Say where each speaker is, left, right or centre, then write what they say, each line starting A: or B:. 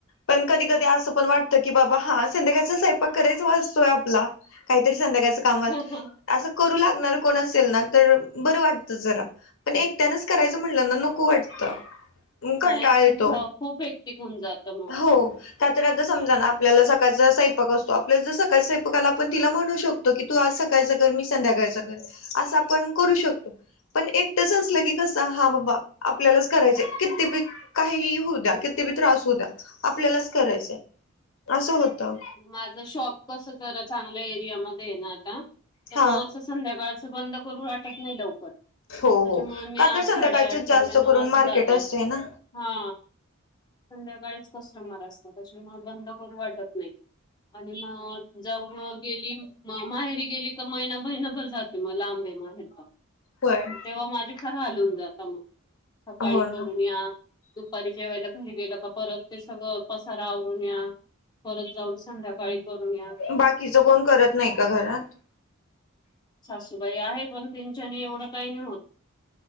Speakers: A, on the left; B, on the left.
A: पण कधी कधी असं पण वाटत कि बाबा हा संध्याकाळचा स्वयपाक करायच वाचतोय आपला काहीतरी संध्याकाळच कामात
B: ह
A: असं करू लागणार कोण असेल ना तर बरं वाटतं जरा पण एकट्यानच करायचं म्हटलं ना नको वाटतं
B: नाही
A: कंटाळ
B: खूप
A: येतो
B: खूप हेक्टिक होऊन जातं मग.
A: हो त्यात आता समजा ना आपल्याला सकाळचा स साैपक असतो आपल्या जर सकाळ स्वैपका आला आपण तिला म्हणू शकतो की तू आज सकाळचा कर मी संध्याकाळचा कर असं आपण करू शकतो पण एकटंच असलं की कस हा बाबा आपल्यालाच करायचय किती बी काही होऊ द्या किती बी त्रास होऊ द्या आपल्यालाच करायचंय असं होतं
B: माझं शॉप कस जरा चांगल्या एरियामध्येध्ये आहे ना आता तर
A: हा
B: मग असं संध्याकाळचं बंद करून वाटत नाही लवकर त्याच्यामुळे
A: हो हो
B: मी
A: का तर
B: आठ साडेआठ
A: संध्याकाळच जास्त
B: पावणे नऊ
A: करून
B: अस
A: मार्केट
B: जाते
A: असतय ना
B: हा संध्याकाळीच कस्टमर असतात तच्या मग बंद करू वाटत नाही आणि म जऊ गेली माहेरी गेली तर महिनाभहिनाभर जात तेिंवा लांबे मतो
A: होय
B: मग तेव्हा माझे खर हालून जात मग सकाळी
A: हो
B: करून
A: ना
B: या दुपारी ज्या वेळेला घरी गेलं का परत ते सगळं कसारा आवरून या परत जाऊन संध्याकाळी करून या
A: बाकीचं कोण करत नाही का घरात
B: सासूबाई आहे पण त्यांच्यानी एवढं काही नाही होत